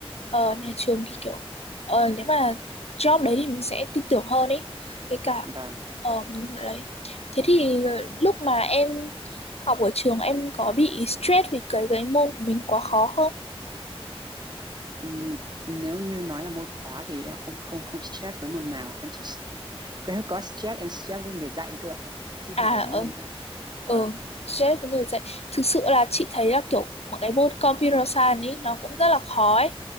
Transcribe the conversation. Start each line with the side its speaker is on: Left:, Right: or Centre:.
Left: ờ, nhà trường thì kiểu ờ, nếu mà job đấy thì mình sẽ tin tưởng hơn ấy. Với cả
Right: và
Left: ờ, mình đấy. Thế thì lúc mà em học ở trường em có bị stress vì cái cái môn của mình quá khó không?
Right: ừm, nếu như nói là môn khó thì em không không không stress với môn nào em chỉ nếu có stress em stress với người dạy cơ ạ, chứ
Left: À
Right: không phải là môn
Left: ờ,
Right: cơ vâng
Left: Ừ, stress với người dạy. Thực sự là chị thấy là kiểu một cái môn computer science ấy nó cũng rất là khó ấy.